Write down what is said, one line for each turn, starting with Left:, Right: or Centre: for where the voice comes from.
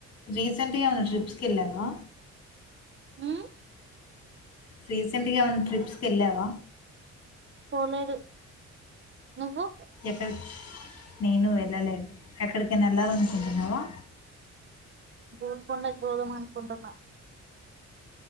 Left: రీసెంట్గా ఏవన్నా ట్రిప్స్కి కెళ్ళావా
Right: ఉహ్
Left: రీసెంట్గా ఏమన్నా ట్రిప్స్కి వెళ్ళావా
Right: పోలేదు నువ్వు
Left: ఎక్కడక్ నేను వెళ్ళలేదు. ఎక్కడికైనా వెళ్ళాలనుకుంటున్నావా.
Right: గోల్కొండక్ బోధం అనుకుంటున్నా.